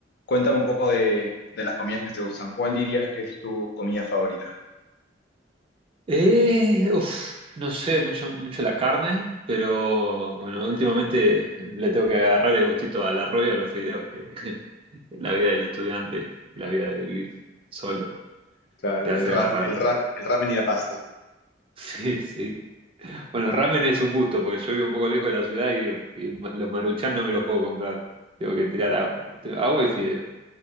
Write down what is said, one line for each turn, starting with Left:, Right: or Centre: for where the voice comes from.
Left: Cuéntame un poco de, de las comidas que te gustan. ¿Cuál dirías que es tu comida favorita?
Right: Eh, uf, no sé mucho, mucho la carne, pero bueno, últimamente le tengo que agarrar el gustito al arroz y a los fideos, que <laughs> la vida del estudiante y la vida de vivir solo
Left: Claro,
Right: te hace
Left: el ram,
Right: agarrar.
Left: el ram,
Right: <laughs>
Left: el ramen y la pasta.
Right: Sí, sí. Bueno, ramen es un gusto, porque yo vivo un poco lejos de la ciudad y, y ma- los maruchan no me los puedo comprar. Tengo que tirar agua, agua y fideo.